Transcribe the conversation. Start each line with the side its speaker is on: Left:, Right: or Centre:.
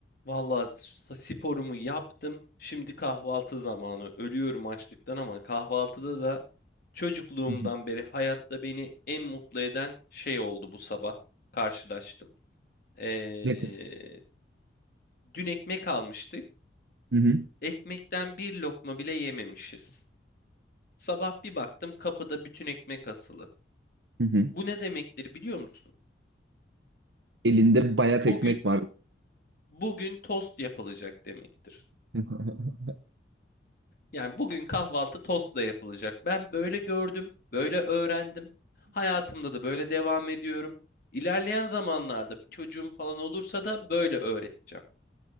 Left: Vallahi s- sporumu yaptım. Şimdi kahvaltı zamanı. Ölüyorum açlıktan ama kahvaltıda da çocukluğumdan
Right: Hı hı.
Left: beri hayatta beni en mutlu eden şey oldu bu sabah. Karşılaştım. Ee,
Right: Ne?
Left: dün ekmek almıştık.
Right: Hı hı.
Left: Ekmekten bir lokma bile yememişiz. Sabah bir baktım kapıda bütün ekmek asılı.
Right: Hı hı.
Left: Bu ne demektir biliyor musun?
Right: Elinde bayat
Left: Bugün
Right: ekmek var.
Left: bugün tost yapılacak demektir.
Right: <laughs>
Left: Yani bugün kahvaltı tostla yapılacak. Ben böyle gördüm, böyle öğrendim. Hayatımda da böyle devam ediyorum. İlerleyen zamanlarda bir çocuğum falan olursa da böyle öğreteceğim.